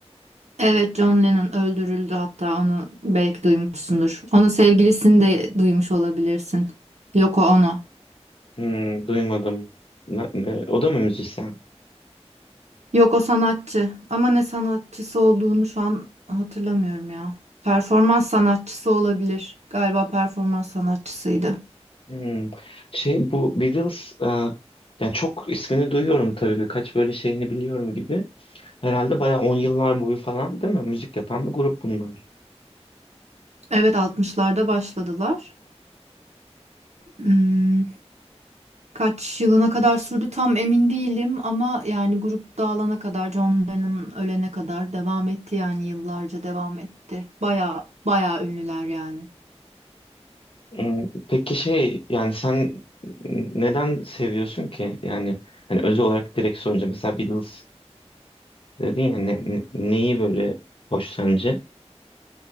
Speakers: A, on the right (about 80°); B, on the left (about 55°).
A: Evet, John Lennon öldürüldü hatta onu belki duymuşsundur. Onun sevgilisini de duymuş olabilirsin. Yoko Ono.
B: Hmm, duymadım. Na- e, O da mı müzisyen?
A: Yoko sanatçı ama ne sanatçısı olduğunu şu an hatırlamıyorum ya. Performans sanatçısı olabilir. Galiba performans sanatçısıydı.
B: Hmm. Şey bu Beatles e, yani çok ismini duyuyorum tabii birkaç böyle şeyini biliyorum gibi. Herhalde bayağı 10 yıllar boyu falan değil mi? Müzik yapan bir grup bunlar.
A: Evet altmışlarda başladılar. Hmm, kaç yılına kadar sürdü tam emin değilim ama yani grup dağılana kadar John Lennon ölene kadar devam etti yani yıllarca devam etti. Baya baya ünlüler yani.
B: Hmm, Peki şey yani sen neden seviyorsun ki? Yani hani özel olarak direkt sorunca mesela Beatles dedin ya ne- ne- neyi böyle hoş sence?